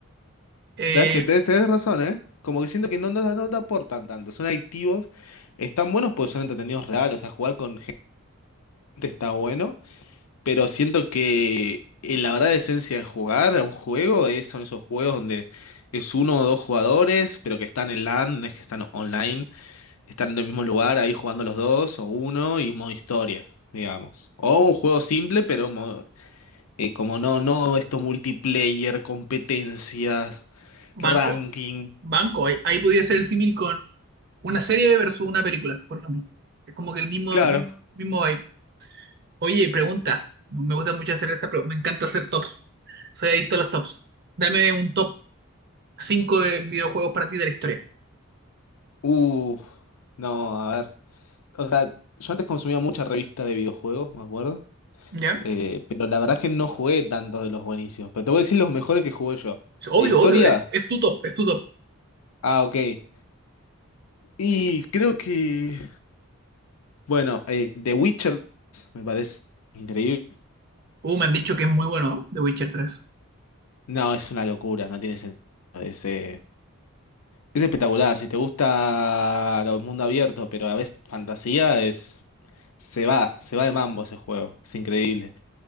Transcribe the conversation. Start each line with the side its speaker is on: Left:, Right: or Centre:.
Right: Eh,
Left: Sabes que te- tenés razón, ¿eh? Como que siento que no, no, no te aportan tanto. Son adictivos, están buenos porque son entretenidos reales. O sea, jugar con gente está bueno, pero siento que eh, la verdadera esencia de jugar a un juego es, son esos juegos donde es uno o dos jugadores, pero que están en LAN, no es que están online, están en el mismo lugar ahí jugando los dos o uno y modo historia, digamos. O un juego simple, pero mo- eh, como no, no esto multiplayer, competencias
Right: banco.
Left: ranking.
Right: Banco, ahí, ahí podría ser el símil con una serie versus una película, por ejemplo. Es como que el mismo,
Left: Claro.
Right: mismo, mismo vibe. Oye, pregunta. Me gusta mucho hacer esta, pero me encanta hacer tops. Soy adicto a los tops. Dame un top 5 de videojuegos para ti de la historia.
Left: Uh, no, a ver. O sea, yo antes consumía mucha revista de videojuegos, me acuerdo.
Right: ¿Ya?
Left: Eh, pero la verdad es que no jugué tantos de los buenísimos. Pero te voy a decir los mejores que jugué yo.
Right: Es obvio,
Left: ¿De historia?
Right: obvio. Es, es tu top, es tu top.
Left: Ah, ok. Y creo que. Bueno, eh, The Witcher me parece increíble.
Right: Uh, me han dicho que es muy bueno, ¿no? The Witcher tres.
Left: No, es una locura, no tiene sentido. Es, eh, es espectacular. Si te gusta el mundo abierto, pero a veces fantasía, es. Se va, se va de mambo ese juego. Es increíble.